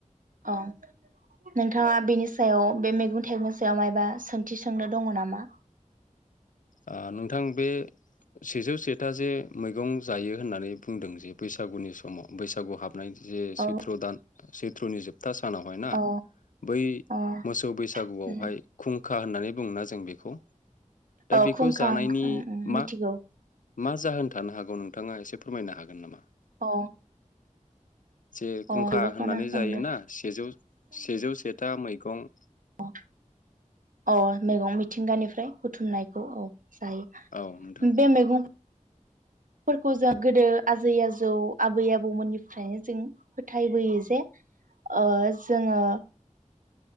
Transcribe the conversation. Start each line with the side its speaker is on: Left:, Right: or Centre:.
Right: औ नोंथाङा बेनि सायाव बे मेगं थाइगंनि सायाव मायबा सोंथि सोंनो दङ' नामा?
Left: ओ नोंथां बे सेजौ सेथा जे मैगं जायो होननानै बुंदों जे बैसागुनि समाव बैसागु हाब <unintelligible> जे
Right: औ
Left: सैथ्र' दान सैथ्रुनि जोब था सानावहाय ना
Right: अ
Left: बै
Right: अ
Left: मोसौ बैसागुआवहाय
Right: उम,
Left: खुंखा होननानै बुंना ज जों बेखौ दा
Right: औ
Left: बेखौ
Right: खुंखा
Left: जानायनि
Right: उमउम
Left: मा
Right: मिथिगौ
Left: मा जाहोन थानो हागौ नोंथाङा एसे फोरमायनो हागोन नामा?
Right: अ
Left: जे
Right: अ
Left: खुंखा
Right: बेबा खोनाखांदो
Left: होननानै जायोना सेजौ सेजौ सेथा मै गं
Right: अ अ मेगं मिथिंगानिफ्राय बुथुमनायखौ औ जायो
Left: औ नोंथां
Right: बे मेैगं फोरखौ जों गोदो आजै आजौ आबै आबौमोननिफ्रायनो जों फोथायबोयो जे ओ जोङो